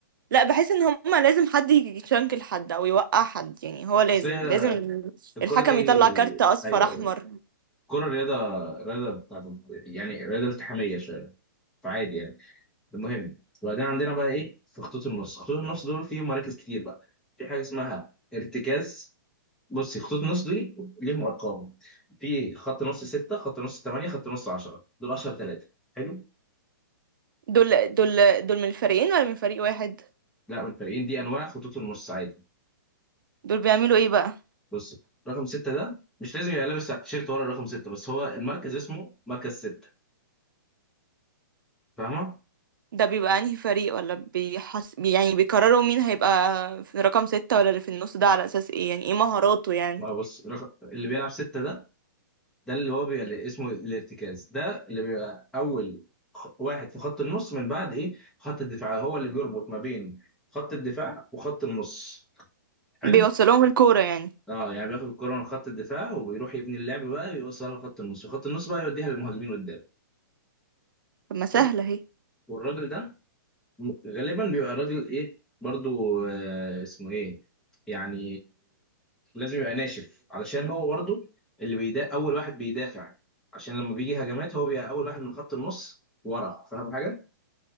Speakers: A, on the right; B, in the centre.
A: لا بحس ان هما لازم حد يشنكل حد او يوقع حد يعني هو لازم
B: اصل هي
A: لازم ال-
B: الكوره
A: الحكم
B: دي
A: يطلع كارت اصفر
B: ايوه
A: احمر
B: ايوه الكوره رياضه رياضه بتاعت يعني رياضه التحاميه شويه فعادي يعني المهم وبعدين عندنا بقى ايه في خطوط النص خطوط النص دول فيهم مراكز كتير بقى في حاجه اسمها ارتكاز بصي خطوط النص دي ليهم ارقام في خط نص 6 خط نص 8 خط نص 10 دول اشهر ثلاثه حلو
A: دول دول دول من الفريقين ولا من فريق واحد
B: لا من الفريقين دي انواع خطوط النص عادي
A: دول بيعملوا ايه بقى
B: بص رقم ستة ده مش لازم يبقى لابس تيشيرت ورا رقم ستة بس هو المركز اسمه مركز ستة فاهمة؟
A: ده بيبقى انهي فريق ولا بيحس يعني بيقرروا مين هيبقى في رقم ستة ولا اللي في النص ده على اساس ايه يعني ايه مهاراته يعني
B: ما هو بص رقم اللي بيلعب ستة ده ده اللي هو بيبقى اللي اسمه الارتكاز ده اللي بيبقى أول خ- واحد في خط النص من بعد إيه خط الدفاع هو اللي بيربط ما بين خط الدفاع وخط النص حلو؟
A: بيوصلهم الكورة يعني
B: اه يعني بياخد الكرة من خط الدفاع وبيروح يبني اللعب بقى يوصلها لخط النص وخط النص بقى يوديها للمهاجمين قدام
A: طب ما سهلة
B: حلو
A: اهي
B: والراجل ده غالبا بيبقى الراجل ايه برضو آه اسمه ايه يعني لازم يبقى ناشف علشان هو برضو اللي بيدا اول واحد بيدافع عشان لما بيجي هجمات هو بيبقى اول واحد من خط النص ورا فاهم حاجه